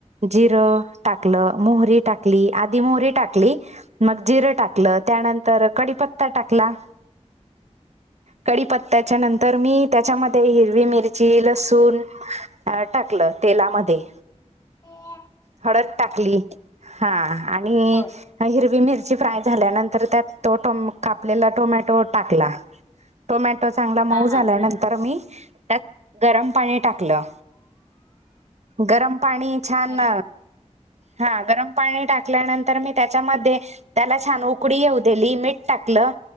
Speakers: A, on the right; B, on the left.
A: जिरं, टाकलं,, मोहरी टाकली, आधी मोहरी टाकली. मग जिरं टाकलं, त्यानंतर कडीपत्ता टाकला. कडी पत्त्याच्या नंतर मी त्याच्यामध्ये हिरवी मिर ची लसूण टाकलं तेलामध्ये.
B: हो.
A: हळद टाकली, हा आणि
B: होय
A: हिरवी मिरची फ्राय झाल्यानंतर त्यात तो टम कापलेला टोमॅटो टाकला. टोमॅटो चांगला मऊ
B: हा
A: झाल्यानंतर
B: हा
A: मी, त्यात गरम पाणी टाकलं,, गरम पाणी छान-
B: हॅलो
A: हा गरम पाणी टाकल्यानंतर मी त्याच्यामध्ये, त्याला छान उकळी येऊ देली. मीठ टाकलं,,